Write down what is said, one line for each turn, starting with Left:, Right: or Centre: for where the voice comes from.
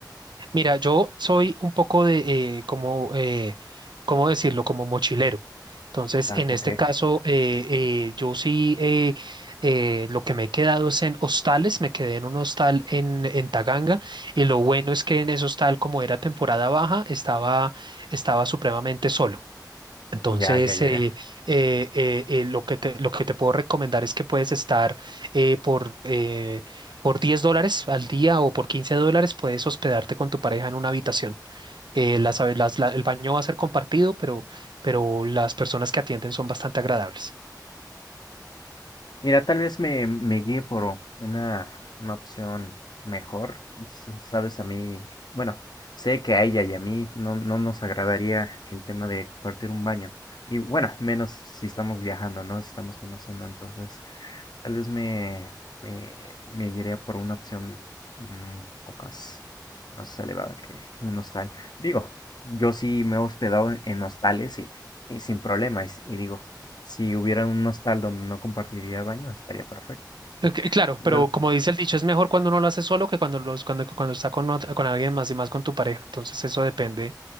Right: Mira, yo soy un poco de, eh, como, eh, ¿cómo decirlo? Como mochilero. Entonces,
Left: Ah,
Right: en
Left: ok.
Right: este caso, eh, eh, yo sí, eh, eh, lo que me he quedado es en hostales, me quedé en un hostal en, en Taganga y lo bueno es que en ese hostal, como era temporada baja, estaba, estaba supremamente solo. Entonces,
Left: Ya, ya, ya,
Right: eh,
Left: ya.
Right: eh, eh, eh, lo que te, lo que te puedo recomendar es que puedes estar eh, por, eh, por 10 dólares al día o por 15 dólares, puedes hospedarte con tu pareja en una habitación. Eh, las, habi- las- la- el baño va a ser compartido, pero, pero las personas que atienden son bastante agradables.
Left: Mira, tal vez me, me guíe por una, una opción mejor. S- Sabes, a mí, bueno, sé que a ella y a mí no, no nos agradaría el tema de compartir un baño. Y bueno, menos si estamos viajando, ¿no? Si estamos conociendo, entonces Tal vez me, me, me guiaría por una opción mm, un poco más, más elevada que un hostal. Digo, yo sí me he hospedado en, en hostales y, y sin problema. Y, s- y digo, si hubiera un hostal donde no compartiría baño, estaría perfecto. <laughs>
Right: Eh, c- Claro,
Left: No.
Right: pero como dice el dicho, es mejor cuando uno lo hace solo que cuando, los, cuando, cuando está con, otra- con alguien más y más con tu pareja. Entonces, eso depende